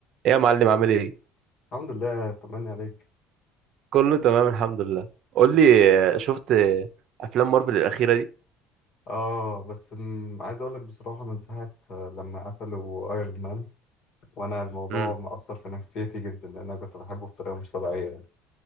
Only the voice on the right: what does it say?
ايه يا معلم عامل ايه
كله تمام الحمد لله قول لي آه، شفت آه، افلام مارفل الاخيره دي
امم